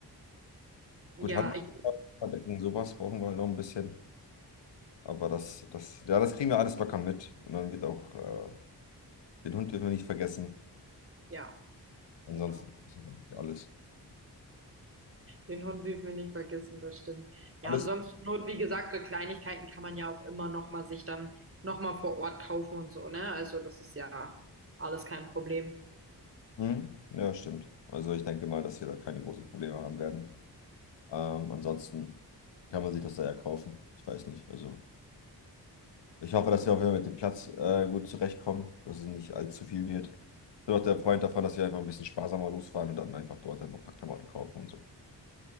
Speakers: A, on the right; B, on the left.
A: Ja,
B: gut,
A: ich,
B: Handdecken, sowas brauchen wir halt noch ein bisschen. Aber das, das, ja, das kriegen wir alles locker mit. Und dann wird auch, äh, den Hund dürfen wir nicht vergessen.
A: ja,
B: Ansonsten
A: genau.
B: ist das eigentlich alles.
A: Den Hund dürfen wir nicht vergessen, das stimmt. Ja,
B: Alles?
A: und sonst zur Not, wie gesagt, so Kleinigkeiten kann man ja auch immer noch mal sich dann noch mal vor Ort kaufen und so, ne? Also das ist ja alles kein Problem.
B: Hm? Ja, stimmt. Also ich denke mal, dass wir da keine großen Probleme haben werden. Ähm, ansonsten kann man sich das da ja kaufen. Ich weiß nicht. Also. Ich hoffe, dass wir auch wieder mit dem Platz äh, gut zurechtkommen, dass es nicht allzu viel wird. Ich bin auch der Freund davon, dass wir einfach ein bisschen sparsamer losfahren und dann einfach dort einfach ein paar Klamotten kaufen und so.